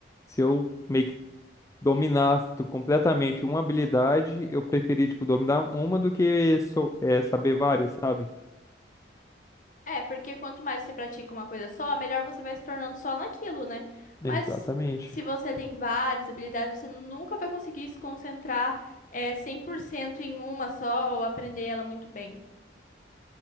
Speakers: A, on the left (about 15°); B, on the left (about 45°).
A: se eu meio que dominasse tu- completamente uma habilidade, eu preferia, tipo, dominar uma do que so- é, saber várias, sabe?
B: É, porque quanto mais você pratica uma coisa só, melhor você vai se tornando só naquilo, né? Mas
A: Exatamente.
B: se você tem várias habilidades, você nunca vai conseguir se concentrar, é, 100% em uma só ou aprender ela muito bem.